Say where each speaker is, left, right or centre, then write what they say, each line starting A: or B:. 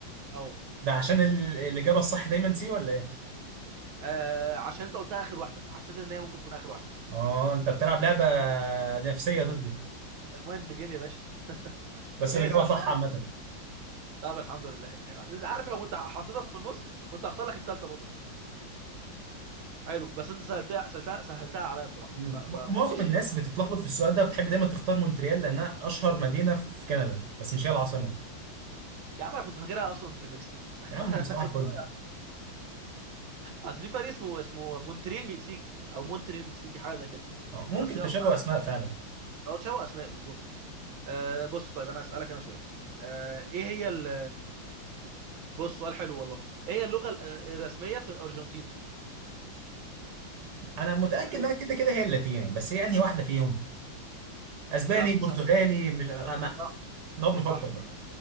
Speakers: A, on the right; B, on the right.
A: اه
B: ده عشان ال- الإجابة الصح دايما سي ولا ايه
A: آه، عشان انت قلتها اخر واحده فحسيت ان هي ممكن تكون اخر واحده
B: اه انت بتلعب لعبة نفسية ضدي
A: المايند جيم يا باشا
B: بس
A: ايه
B: الإجابة
A: صح
B: صح
A: ولا
B: عامة
A: طب الحمد لله عارف لو كنت حطيتها في النص كنت هختار لك التالتة برضه حلو بس انت سهلتها سهلتها سهلتها عليا بصراحه
B: مم.
A: ف... ف...
B: م-
A: فماشي
B: معظم الناس بتتلخبط في السؤال ده بتحب دايما تختار مونتريال لأنها أشهر مدينة في كندا بس مش هي العاصمة
A: يا عم انا كنت فاكرها اصلا في المكسيك
B: يا عم
A: <laughs>
B: صباح الفل
A: كنت ضايع <laughs> اصل في فريق اسمه اسمه مونتريال مكسيكي او مونتريال مكسيكي حاجه زي كده
B: آه، ممكن
A: بس يلا
B: تشابه
A: ما علينا
B: أسماء فعلا
A: هو تشابه اسماء بالظبط آه بص طيب انا اسالك انا سؤال آه ايه هي ال... بص سؤال حلو والله ايه هي اللغه ال- آه، الرسميه في الارجنتين
B: انا متاكد
A: اللغه
B: انها
A: ال-
B: كده كده هي اللاتيني بس هي انهي واحده فيهم اسباني
A: طب
B: برتغالي
A: طب
B: مش انا
A: صح
B: نقعد نفكر
A: صح
B: بقى
A: هي.